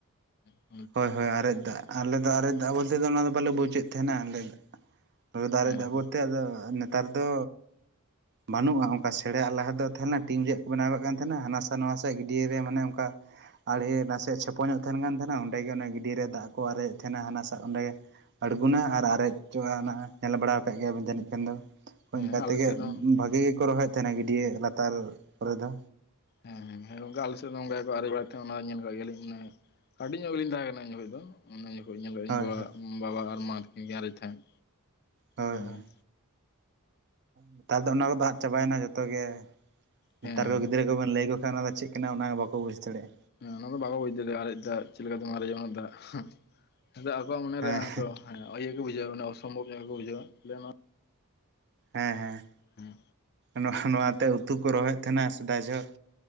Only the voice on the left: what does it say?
ᱦᱮᱸ᱾
ᱦᱮᱸ
ᱦᱮᱸ
ᱟᱞᱮ
ᱥᱮᱫ ᱦᱚᱸ
ᱦᱮᱸ, ᱦᱮᱸ ᱜᱚᱝᱠᱮ ᱟᱞᱮ ᱥᱮᱫ ᱫᱚ ᱚᱱᱠᱟ ᱜᱮᱠᱚ ᱟᱨᱮᱡ ᱵᱟᱲᱟᱭᱮᱫ ᱛᱟᱦᱮᱸᱜ ᱚᱱᱟ ᱧᱮᱞ ᱠᱟᱜ ᱜᱮᱭᱟ ᱞᱤᱧ ᱢᱟᱱᱮ ᱠᱟᱹᱴᱤᱡ ᱧᱚᱜ ᱜᱮᱞᱤᱧ ᱛᱟᱦᱮᱸᱜ ᱠᱟᱱᱟ ᱩᱱ ᱡᱚᱠᱷᱚᱡ ᱫᱚ᱾ ᱚᱱᱟ ᱡᱚᱠᱷᱚᱡ ᱤᱧ ᱧᱮᱞ ᱠᱟᱫᱟ ᱤᱧ
ᱵᱟ
ᱵᱟᱵᱟ ᱟᱨ ᱢᱟ ᱛᱟᱹᱠᱤᱱ ᱠᱤᱱ ᱟᱨᱮᱡ ᱛᱟᱦᱮᱸᱫ᱾
ᱦᱮᱸ
ᱦᱮᱸ
ᱦᱮᱸ ᱚᱱᱟ ᱫᱚ ᱵᱟᱠᱚ ᱵᱩᱡᱽ ᱫᱮᱲᱮᱜ-ᱟ ᱟᱨᱮᱡ ᱫᱟᱜ ᱪᱮᱫ ᱞᱮᱠᱟ ᱛᱮᱢ ᱟᱨᱮᱡᱟ‌ ᱚᱱᱟ ᱫᱟᱜ, ᱦᱚᱸ᱾ ᱟᱫᱚ ᱟᱠᱚᱣᱟᱜ ᱢᱚᱱᱮ
ᱨᱮ ᱦᱚᱸᱛᱚ ᱦᱮᱸ ᱤᱭᱟᱹ ᱠᱚ ᱵᱩᱡᱷᱟᱹᱣᱟ ᱢᱟᱱᱮ ᱚᱥᱚᱢᱵᱷᱚᱵᱽ ᱧᱚᱜ ᱜᱮᱠᱚ ᱵᱩᱡᱷᱟᱹᱣᱟ, ᱞᱟᱹᱭᱟ ᱚᱱᱟ
ᱦᱮᱸ